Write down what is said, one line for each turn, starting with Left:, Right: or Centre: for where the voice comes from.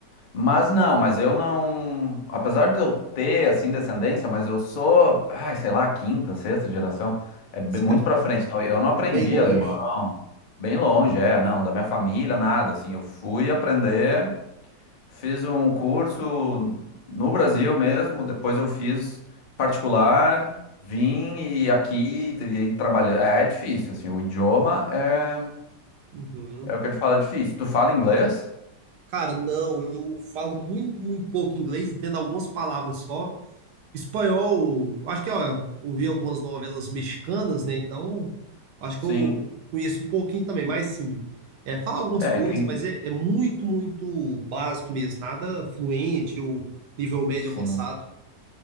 Left: Mas não, mas eu não. Apesar de eu ter, assim, descendência, mas eu sou, ai, sei lá, quinta, sexta geração. É bem-
Right: Você
Left: muito pra frente. Então, eu não aprendi
Right: tá bem longe.
Left: alemão, bem longe, é, não, da minha família, nada. Assim, eu fui aprender, fiz um curso no Brasil mesmo, depois eu fiz particular, vim e aqui e aí trabalhei. É, é difícil, assim, o idioma é,
Right: Uhum.
Left: é o que eu te falo, é difícil. Tu fala inglês?
Right: Cara, não, eu falo muito, muito pouco inglês, entendo algumas palavras só. Espanhol, acho que ó, eu ouvi algumas novelas mexicanas, né? Então, acho
Left: Sim.
Right: que eu conheço um pouquinho também, mas sim, é, fala algumas
Left: É,
Right: coisas,
Left: quem.
Right: mas é, é muito, muito básico mesmo, nada fluente ou nível médio
Left: Sim.
Right: avançado.